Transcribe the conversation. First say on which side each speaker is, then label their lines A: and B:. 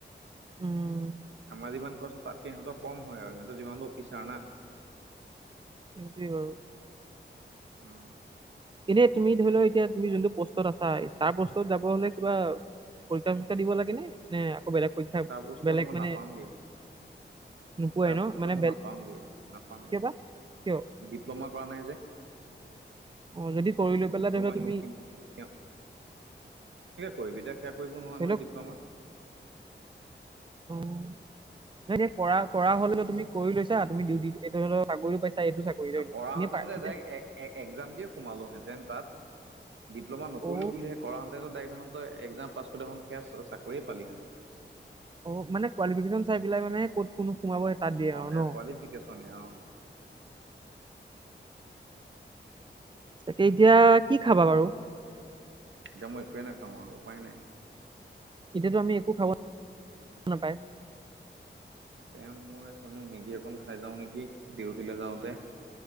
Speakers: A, on the right; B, on the right.
A: উম,
B: আমাৰ যিমান কৈছ, তাতকে সিহঁত কম হয় আৰু সিহঁতৰ যিমানটো অফিচাৰ না।
A: সেইটোৱে বাৰু।
B: উম।
A: এনে তুমি ধৰি লোৱা এতিয়া তুমি যোনটো পোষ্টত আছা তাৰ পষ্টত যাব হলে কিবা পৰীক্ষা চৰীক্ষা দিব লাগে নে নে বেলেগ পৰীক্ষা
B: তাৰ বস্তুত
A: বেলেগ
B: মই
A: মানে
B: নাপাওঁগে
A: নোপোৱাই
B: তাৰ
A: ন
B: পোষ্টত
A: মানে
B: মই
A: বেল
B: নাপাওঁগে নাপাওঁগে।
A: কিয় বা কিয়
B: ডিপ্ল'মা কৰা নাই যে
A: অ যদি কৰি লৈ পেলাই
B: ডিপ্ল'মা
A: ধৰি লোৱা
B: <unintelligible>
A: তুমি
B: এতিয়া কনেকে কৰিবি এতিয়া সেয়া কৰিব নোৱাৰা
A: ধৰি
B: নহয়
A: লওক
B: ডিপ্ল'মা
A: অ ন কৰা কৰা হলেও তুমি কৰি লৈছা তুমি এ চাকৰিও পাইছা এইটো চাকৰি ধৰি লোৱা
B: কৰাহেঁতেন
A: এনে পাই
B: তে
A: তেতিয়া-
B: তাইক এক্সাম দিয়ে সোমালোহেতেন তাত ডিপ্ল'মা নকৰিলো
A: অ
B: বুলিহে কৰা হঁতেতো কা তাই এক্সাম পাছ কৰি হোঁতে সেয়া চাকৰিয়ে পালিহেঁতেন।
A: অ', কোৱালিফিকেচন চাই মানে ক চাই পেলাই মানে ক'ত কোনো সোমাবহে তাত দিয়ে আৰু
B: এয়া
A: ন অ'।
B: কোৱালিফিকেশ্যনে অ
A: তাকে এতিয়া কি খাবা বাৰু।
B: এতিয়া মই একোৱে ন খাওঁ আৰু উপ উপায় নাই।
A: এতিয়াতো আমি একো খাব নাপায়।
B: তেওঁ মই চানো মেগী একন খাই যাওঁ নেকি ডিউটিলে যাওঁতে